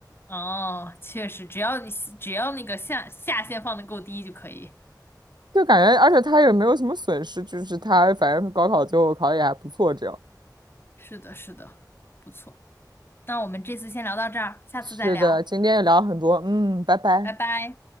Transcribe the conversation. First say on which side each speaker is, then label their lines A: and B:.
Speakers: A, on the left (about 30°); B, on the right (about 80°).
A: 哦，确实，只要你只要那个下下限放的够低就可以。
B: 就感觉，而且他也没有什么损失，就是他反正高考最后考的也还不错，这样。
A: 是的，是的，不错。那我们这次先聊到这儿，下次再聊，
B: 是的，今天也聊了很多，嗯，拜拜。
A: 拜拜。